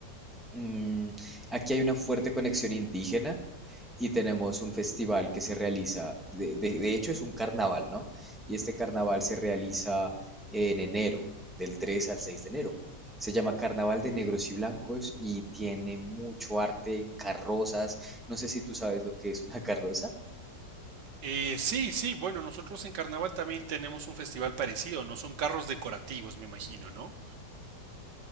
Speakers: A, in the centre; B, on the right (about 75°).
A: Mm, aquí hay una fuerte conexión indígena y tenemos un festival que se realiza, de, de- de hecho es un carnaval, ¿no? Y este carnaval se realiza en enero, del 3 al 6 de enero. Se llama Carnaval de Negros y Blancos y tiene mucho arte, carrozas. No sé si tú sabes lo que es una <laughs> carroza.
B: Eh, sí, sí, bueno, nosotros en Carnaval también tenemos un festival parecido, no son carros decorativos, me imagino, ¿no?